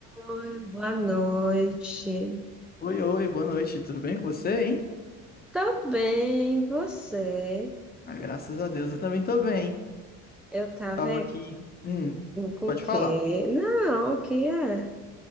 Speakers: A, in the centre; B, on the left (about 30°).
A: Oi, boa noite.
B: Oi, oi, boa noite, tudo bem com você, hein?
A: Tá bem, você?
B: Ah, graças a Deus, eu também tô bem.
A: Eu tava
B: Tava
A: em-
B: aqui. Hum,
A: com
B: pode
A: o quê?
B: falar.
A: Não, o que é?